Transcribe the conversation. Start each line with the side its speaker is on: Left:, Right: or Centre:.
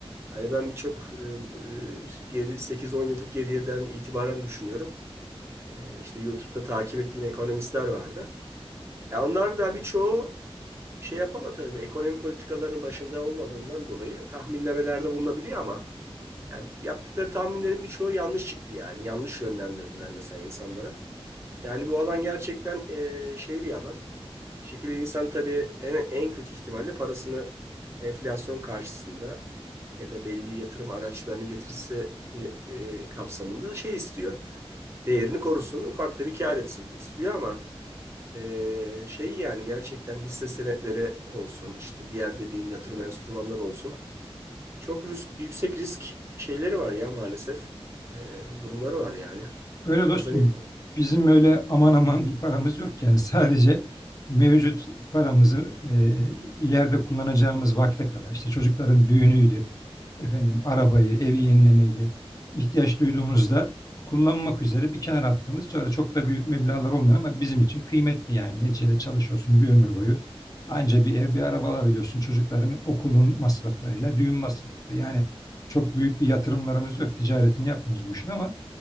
Right: Hani ben birçok e, e, geri sekiz on yıllık geriyeden itibaren düşünüyorum. E, işte YouTube'da takip ettiğim ekonomistler vardı. Ya onlar da birçoğu bir şey yapamadı. tabii Ekonomi politikalarının başında olmadığından dolayı tahminlemelerde bulunabiliyor ama yani yaptıkları tahminlerin birçoğu yanlış çıktı yani. Yanlış yönlendirdiler mesela insanlara. Yani bu alan gerçekten e, şey bir alan. Bir şekilde insan tabii en, en kötü ihtimalle parasını enflasyon karşısında ya da belli yatırım araçlarını getirisi e, kapsamında şey istiyor. Değerini korusun, ufak da bir kâr etsin istiyor ama ee, şey yani gerçekten hisse senetleri olsun işte diğer dediğin yatırım enstrümanları olsun. Çok risk, yüksek risk şeyleri var ya maalesef. Ee, durumları var yani.
Left: Öyle
Right: Kazanayım.
Left: dostum. Bizim öyle aman aman bir paramız yok. Yani sadece mevcut paramızı e, ileride kullanacağımız vakte kadar. işte çocukların düğünüydü efendim arabayı, evi yenilemeyi de ihtiyaç duyduğumuzda kullanmak üzere bir kenara attığımız şöyle çok da büyük meblağlar olmuyor ama bizim için kıymetli yani. Neticede çalışıyorsun bir ömür boyu. Anca bir ev, bir araba alabiliyorsun. Çocukların okulun masraflarıyla, düğün masrafları. Yani çok büyük bir yatırımlarımız yok. Ticaretini yapmıyoruz bu işin ama